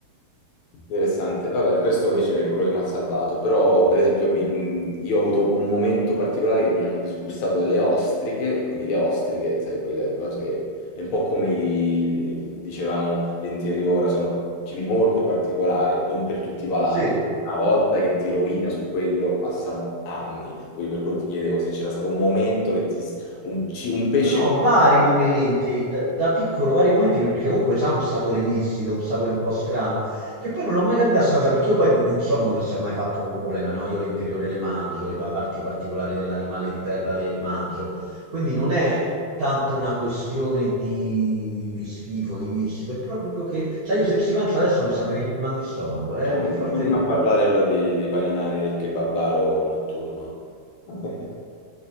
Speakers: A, on the left; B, on the right.
A: Interessante. Vabbè, questo invece è quello che mi ha salvato, però per esempio mi- mh, io ho avuto un momento particolare che mi hanno disgustato delle ostriche, e quindi le ostriche, sai, quelle cose che è un po' come i- le- dicevamo l'interiora, sono pa- cibi molto particolari, non per tutti i palati.
B: Sì.
A: Una volta che ti rovina su quello, passano anni. Quindi per quello ti chiedevo se c'era stato un momento che ti, s- un, ci- un pesce
B: No, vari momenti, da, da piccolo vari momenti, perché comunque ha un sapore viscido, un sapore un po' strano, che poi non l'ho mai capita sta cosa, perché io poi non non sono uno che si è mai fatto problema, no? Io l'interiore le mangio, le parti particolari dell'animale di terra le mangio, quindi non è tanto una questione di, di schifo, di viscido, è proprio che, cioè io se ci penso adesso mi sta venendo il mal di stomaco, è
A: Oh,
B: più forte
A: torna
B: di me.
A: a parlare allora dei, dei paninari del kebabaro notturno. <laughs>